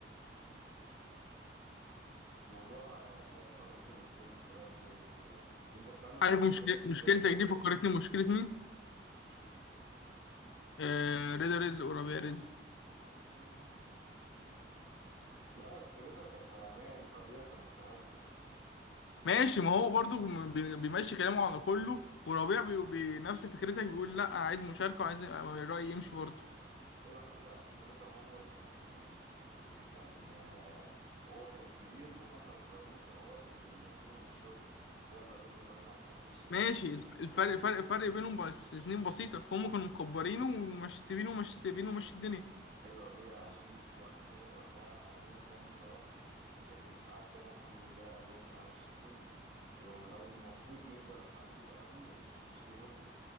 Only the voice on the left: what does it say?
عارف
مشكلة
مشكلتك
دي فكرتني مشكلة مين؟
آه رضا رزق وربيع رزق
ماشي ما هو برضو م- بي- بيمشي كلامه على كله وربيع بي- بنفس فكرتك بيقول لا انا عايز مشاركة وعايز رأيي يمشي برضو
ماشي الف- الفرق
فرق فرق بينهم بس سنين بسيطة فهم كانوا مكبرينه ومش سيبينه ومش سيبينه ومشي الدنيا